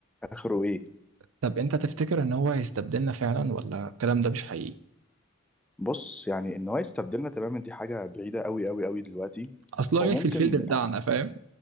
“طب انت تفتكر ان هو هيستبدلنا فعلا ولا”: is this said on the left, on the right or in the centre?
Right